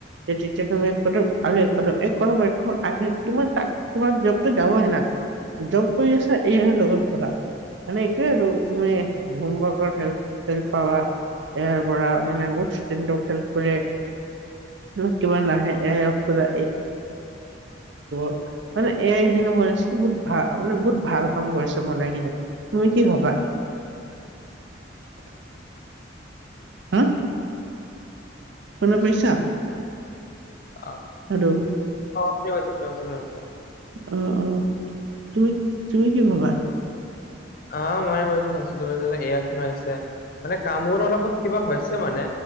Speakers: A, on the right; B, on the left.
A: যে-যেতিয়া তুমি এক কদম আৰু এক কদম- এক কদম আগে <unintelligible> তোমাৰ জবতো যাবহে না, জব কৰি আছা এ আইৰ লগত ব'লা, মানে এইটোয়ে আৰু। তুমি এই হোমৱৰ্কত হেল্প-হেল্প পাবা। এ আইৰ পৰা মানে বহুত ষ্টুডেণ্টক হেল্প কৰে। <unintelligible> কিবা নাহে এ আই খোলা <unintelligible> মানে এ আই যোনে বনাইছে বহুত ভাল মানে বহুত ভাল কাম কৰিছে বনাই কিনে, তুমি কি ভাবা। <inaudible> হম, শুনা পাইছা।
B: অ',
A: আৰু
B: শুনি পাইছো, শুনি পাইছো-শুনি পাইছো।
A: উম, উম, তুমি-তুমি কি ভাবা।
B: অ', মই এনেকে ভাবিছো মানে এ <unintelligible> আহিছে, মানে কামবোৰ অলপমান কিবা হৈছে মানে।